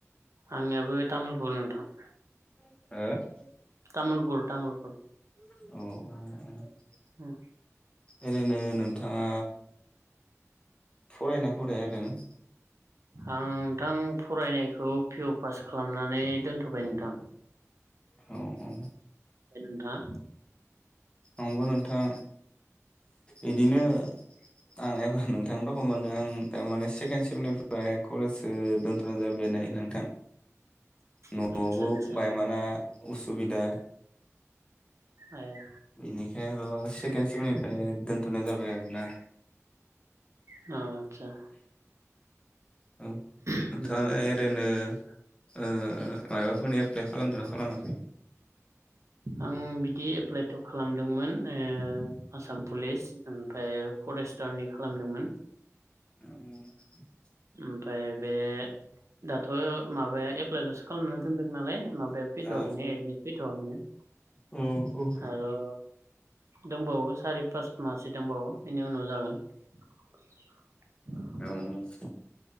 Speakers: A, on the right; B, on the left.
A: आंनियाबो तामुलपुर नोंथां
B: ओ
A: तामुलपुर तामुलपुर
B: औ अ अ
A: उम
B: ओरैनो नोंथाङा फरायो ना फराया ओरैनो
A: आं नोंथां फरायनायखौ पिअ पास खालामनानै दोनथबाय नोंथां
B: औ औ
A: नोंथाङा
B: आंबो नोंथां इदिनो आं एह नोंथांनि‌ रखमानो आं थारमाने सेकेण सेमनिफ्राय कलेजसो दोन जाफ्लेनाय नोंथां
A: <inaudible>
B: नआवबो
A: आदसा आदसा
B: बायमाना उसुबिदा
A: हाया
B: बेनिखाय आर सेकेण सेमनिफाय दोनथनाय जाबाय आरोना
A: नाव आतसा
B: ओं नोंथाङालाय
A: उम
B: ओरैनो ओ मायबाफोरनि एप्लाइ खालामदोंना खालामा
A: आं बिदि एप्लाइथ' खालामदोंमोन ओ आसाम पुलिस ओमफ्राय फरेस्टारनि खालामदोंमोन।
B: ओ
A: ओमफाय बे दाथ' माबाया एप्लाइल'सो खालामना दोनदों नालाय माबाया फैथ'वाखैनो
B: औ
A: एदमिट फैथ'वाखैनो। <inaudible>
B: औ औ।
A: आरो दंबावो सारि पास माहसो दंबावो बेनि उनाव जागोन। <inaudible>
B: औ